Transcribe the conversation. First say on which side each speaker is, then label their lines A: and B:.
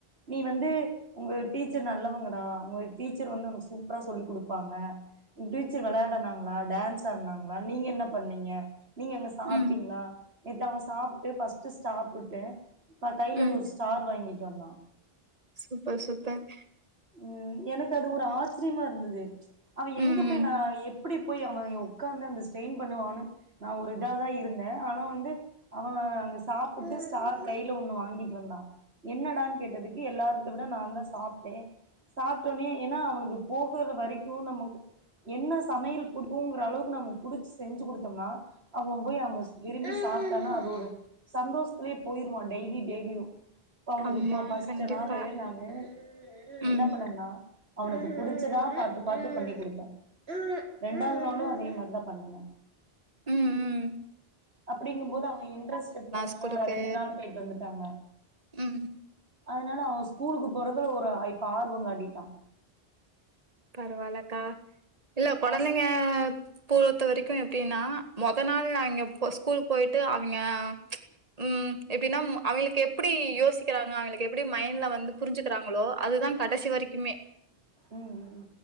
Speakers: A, on the right; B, on the right.
A: நீ வந்து உங்க டீச்சர் நல்லவங்கடா உங்க டீச்சர் வந்து உனக்கு சூப்பரா சொல்லி கொடுப்பாங்க உங்க டீச்சர் விளையாடனாங்களா டான்ஸ் ஆடனாங்களா நீங்க என்ன பண்ணீங்க நீங்க அங்க சாப்பிட்டீங்களா
B: ம்
A: ஏத்து அவன் சாப்பிட்டு பர்ஸ்ட் சாப்பிட்டேன் எப்ப கையில
B: ம்
A: ஒரு ஸ்டி வாங்கிட்டு வந்தான்
B: சூப்பர் சூப்பர்
A: ம் எனக்கு அது ஒரு ஆச்சரியமா இருந்தது அவ எங்க
B: ம்
A: போய் நான் எப்படி போய் அவன் உட்க்காந்து அந்த ஸ்டெயின் பண்ணுவான்னு நான் ஒரு இதாக தான் இருந்தேன் ஆனா வந்து அவன் அங்க சாப்பிட்டு ஸ்டார் கையில ஒண்ணு வாங்கிட்டு வந்தான் என்னடான்னு கேட்டதுக்கு எல்லாரத்த விட நான் தான் சாப்பிட்டேன் சாப்பிட்டோனே ஏன்னா அவனுக்கு போகுற வரைக்கும் நமக்கு என்ன சமையல் பிடுக்கும்ங்கிற அளவுக்கு நமக்கு புடிச்சு செஞ்சு கொடுத்தோம்னா அவன் போய் அவங்க விரும்பி சாப்பிட்டானா அது ஒரு சந்தோஷத்திலே போயிருவான் டெய்லி டெய்லியும் இப்ப அவனுக்கு
B: ஆமா
A: போ பஸ்ட்
B: கண்டிப்பா
A: னாலு நானு என்ன
B: ம்
A: பண்ணனா அவனுக்கு புடிச்சதா பார்த்து பார்த்து பண்ணி கூடுத்தேன் ரெண்டாவது நாளும் அதே மாரிதான் பன்னுனேன்
B: உம் உம்
A: அப்படிங்கும்போது அவங்க இன்ட்ரெஸ்ட் எடுத்துனா
B: ஸ்கூலுக்கு
A: ரெண்டு நாள் போயிட்டு வந்துட்டாங்க
B: ம்
A: அதனால அவன் ஸ்கூலுக்கு போறதுல ஒரு இப்ப ஆர்வம் காட்டிட்டான்
B: பரவாலக்கா இல்ல குழந்தைங்க
A: ஃபஸ்ட்
B: பொறுத்த வரைக்கும் எப்படின்னா மொத நாள் நாங்க ஸ்கூல் போயிட்டு அவங்க உஹம் எப்படின்னா அவங்களுக்கு எப்படி யோசிக்கிறாங்க அவங்களுக்கு எப்படி மைண்ட்ல வந்து புரிஞ்சுக்கிறாங்களோ அதுதான் கடைசி வரைக்குமே
A: உம் உம்